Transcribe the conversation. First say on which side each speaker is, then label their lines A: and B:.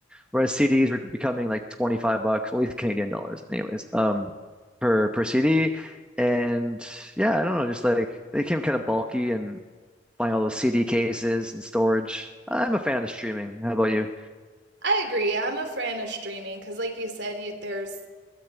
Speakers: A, in the centre; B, on the right.
A: whereas CDs were becoming like 25 bucks, well, at least Canadian dollars, anyways, um, per per CD. And yeah, I don't know, just like they became kind of bulky and buying all those CD cases and storage. I'm a fan of streaming. How about you?
B: I agree. I'm a fan of streaming because, like you said, you, there's